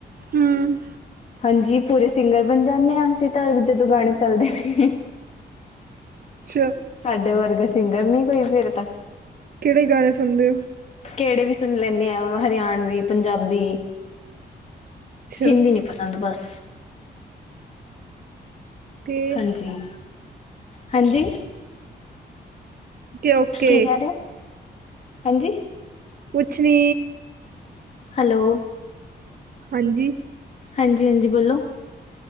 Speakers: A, on the right; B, on the left.
A: ਹਮ
B: ਹਾਂਜੀ ਪੂਰੇ ਸਿੰਗਰ ਬਣ ਜਾਂਦੇ ਹਾਂ, ਅਸੀਂ ਤਾਂ ਜਦੋਂ ਗਾਣੇ ਚੱਲਦੇ ਨੇ।
A: ਅੱਛਾ।
B: ਸਾਡੇ ਵਰਗਾ ਸਿੰਗਰ ਨਹੀਂ ਕੋਈ ਫੇਰ ਤਾਂ।
A: ਕਿਹੜੇ ਗਾਣੇ ਸੁਣਦੇ ਹੋ।
B: ਕਿਹੜੇ ਵੀ ਸੁਣ ਲੈਂਦੇ ਆ ਹਰਿਆਣਵੀ, ਪੰਜਾਬੀ,
A: ਅੱਛਾ
B: ਹਿੰਦੀ ਨੀ। ਪਸੰਦ ਬਸ।
A: ਤੇ
B: ਹਾਂਜੀ। ਹਾਂਜੀ
A: ਕਿ ਓਕੇ
B: ਕੀ ਕਹਿ ਰਹੇ ਓ। ਹਾਂਜੀ
A: ਕੁਛ ਨੀ।
B: ਹੈਲੋ
A: ਹਾਂਜੀ।
B: ਹਾਂਜੀ-ਹਾਂਜੀ ਬੋਲੋ।